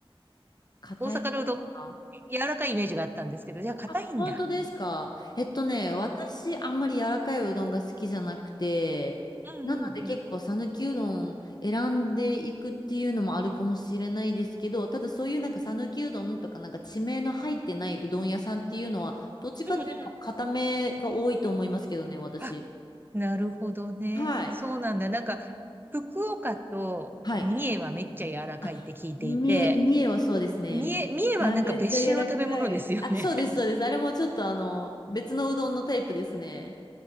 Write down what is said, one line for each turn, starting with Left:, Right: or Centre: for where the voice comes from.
Left: 硬い方が。
Right: 大阪のうどん、柔らかいイメージがあったんですけど、じゃあ硬いんだ。
Left: あ、本当ですか。えっとね、私、あんまり柔らかいうどんが好きじゃなくて、
Right: うんうんうん。
Left: なので結構讃岐うどん選んでいくっていうのもあるかもしれないですけど、ただそういうなんか讃岐うどんとかなんか地名の入ってないうどん屋さんっていうのは、どっちかというと硬めが多いと思いますけどね、
Right: うんうん。
Left: 私。
Right: あ、なるほどね。
Left: はい。
Right: そうなんだ。なんか、福岡と三重はめっちゃ柔らかいって聞いていて、
Left: はい。あ、三重、三重はそうですね。
Right: 三重、
Left: もうめちゃめちゃ柔らかい。
Right: 三重はなんか別種の食べ物ですよね。
Left: あ、そうです、そうです。あれもちょっとあの、別のうどんのタイプですね。